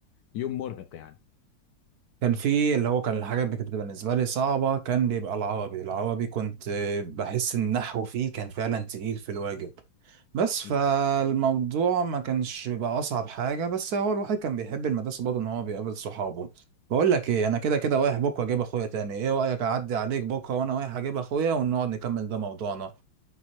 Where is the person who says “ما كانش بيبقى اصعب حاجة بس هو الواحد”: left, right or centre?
Right